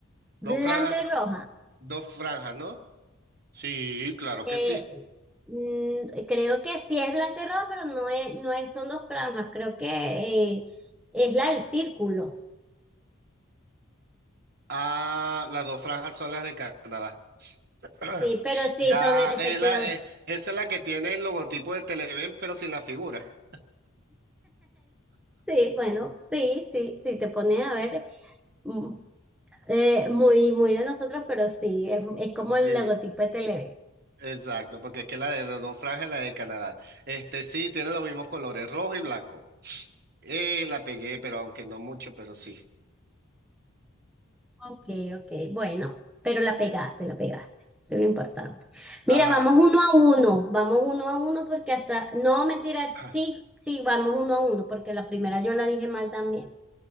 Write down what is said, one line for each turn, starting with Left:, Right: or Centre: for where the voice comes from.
Right: Dos
Centre: Blanca
Right: franjas,
Centre: y roja.
Right: dos franjas, ¿no? Sí, claro
Centre: Eh,
Right: que sí.
Centre: mm, creo que sí es blanca y roja, pero no es, no es, son dos franjas, creo que eh, es la del círculo.
Right: Ah, las dos franjas son las de Canadá. <clears throat>
Centre: Sí, pero sí,
Right: Ya,
Centre: son efectivamente.
Right: es la, eh,
Centre: <laughs>
Right: esa es la que tiene el logotipo de Televen, pero sin la figura.
Centre: Sí, bueno, sí, sí, sí, te pones a ver. mm, Eh, muy, muy de nosotros, pero sí, es, es como
Right: Sí,
Centre: el logotipo de Televen.
Right: exacto, porque es que la de las dos franjas es la de Canadá. Este sí, tiene los mismos colores, rojo y blanco. Eh, la pegué, pero aunque no mucho, pero sí.
Centre: Ok, ok, bueno, pero la pegaste, la pegaste. Eso es lo importante. Mira,
Right: Ajá,
Centre: vamos uno a uno, vamos uno a uno porque hasta, no, mentira,
Right: <clears throat>
Centre: sí, sí, vamos uno a uno porque la primera yo la dije mal también.